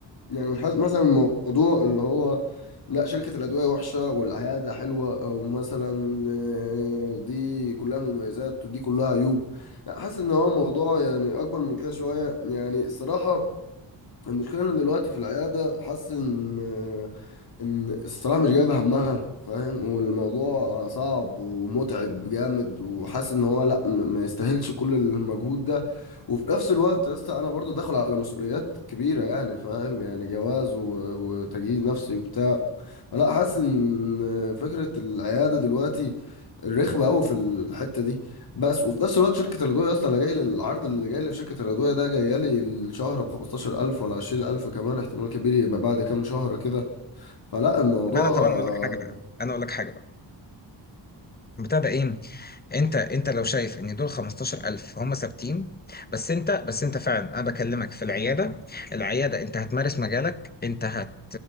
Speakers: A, on the left; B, on the left.
A: يعني حاس- مثلا الموضوع اللي هو لا شركة الأدوية وحشة والعيادة حلوة أو مثلا آه، دي كلها مميزات ودي كلها عيوب لا حاسس إن هو الموضوع يعني أكبر من كده شوية يعني الصراحة المشكلة ان دلوقتي في العيادة حاسس ان ان الصراحة مش جايبة همها فاهم والموضوع صعب ومتعب جامد وحاسس ان هو لا م- ما يستاهلش كل المجهود ده وفي نفس الوقت يا اسطى انا برضو داخل على مسؤوليات كبيرة يعني فاهم يعني جواز و- وتجهيز نفسي وبتاع فلا حاسس ان فكرة العيادة دلوقتي رخمة قوي في الحتة دي بس وفي نفس الوقت شركه الادويه يا اسطى انا جاي للعرض اللي جاي لي في شركه الادويه ده جايه لي الشهر ب 15000 ولا 20000 كمان احتمال كبير يبقى بعد كام شهر كده فلا الموضوع
B: أنا طب أنا أقول لك حاجة
A: آه،
B: بقى أنا أقول لك حاجة بقى بتاع ده ايه انت انت لو شايف ان دول 15000 هم ثابتين بس انت بس انت فعلا انا بكلمك في العياده العياده انت هتمارس مجالك انت هت